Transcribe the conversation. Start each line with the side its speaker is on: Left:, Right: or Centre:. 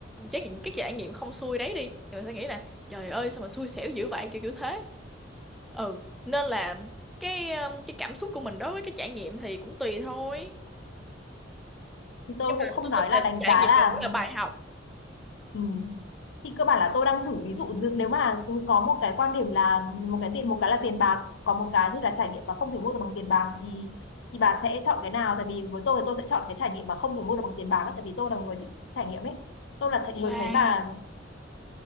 Centre: trải nghiệm cái trải nghiệm không xui đấy đi thì mình sẽ nghĩ là trời ơi sao mà xui xẻo dữ vậy kiểu kiểu thế ừ nên là cái um, cái cảm xúc của mình đối với cái trải nghiệm thì cũng tùy thôi
Left: thì
Centre: nhưng
Left: tôi cũng
Centre: mà
Left: không
Centre: tôi
Left: nói
Centre: tin
Left: là
Centre: là
Left: đánh
Centre: trải
Left: giá
Centre: nghiệm
Left: là
Centre: này cũng là bài học
Left: Ừ. Thì cơ bản là tôi đang thử ví dụ như nếu mà cứ có một cái quan điểm là một cái tiền một cái là tiền bạc còn một cái thì là trải nghiệm và không thể mua được bằng tiền bạc thì thì bà sẽ chọn cái nào tại vì với tôi thì tôi sẽ chọn cái trải nghiệm mà không thể mua được bằng tiền bạc á, tại vì tôi là người thích trải nghiệm ấy tôi là th
Centre: wow
Left: người thấy mà